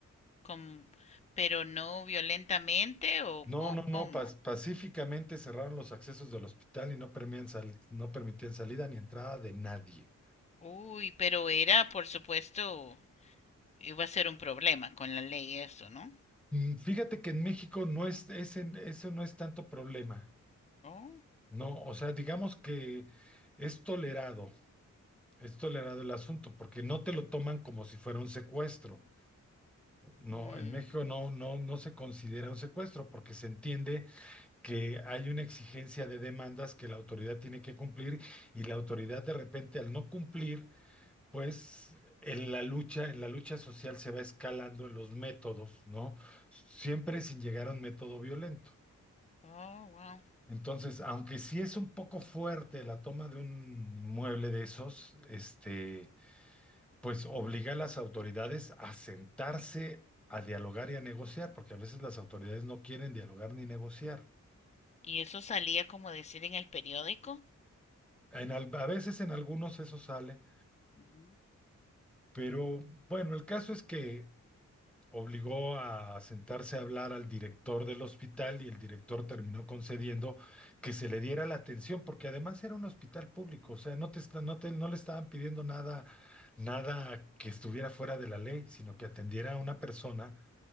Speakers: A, on the left; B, in the centre.
A: Como- pero no violentamente o,
B: No,
A: o
B: no, no,
A: cómo.
B: pas- pacíficamente cerraron los accesos del hospital y no permitían, sal- no permitían salida ni entrada de nadie.
A: Uy, pero era, por supuesto, iba a ser un problema con la ley eso, ¿no?
B: Mm, Fíjate que en México no es, ese, ese no es tanto problema.
A: Oh,
B: No, o sea, digamos que es tolerado, es tolerado el asunto, porque no te lo toman como si fuera un secuestro. No,
A: mm,
B: en México no, no, no se considera un secuestro, porque se entiende que hay una exigencia de demandas que la autoridad tiene que cumplir, y la autoridad de repente al no cumplir, pues en la lucha, en la lucha social se va escalando en los métodos, ¿no? Siempre sin llegar a un método violento.
A: oh, wow.
B: Entonces, aunque sí es un poco fuerte la toma de un inmueble de esos, este, pues obliga a las autoridades a sentarse a dialogar y a negociar, porque a veces las autoridades no quieren dialogar ni negociar.
A: Y eso salía como decir en el periódico.
B: En al- a veces en algunos eso sale,
A: Ujú,
B: pero bueno, el caso es que obligó a sentarse a hablar al director del hospital y el director terminó concediendo que se le diera la atención, porque además era un hospital público, o sea, no te está- no te- no le estaban pidiendo nada, nada que estuviera fuera de la ley, sino que atendiera a una persona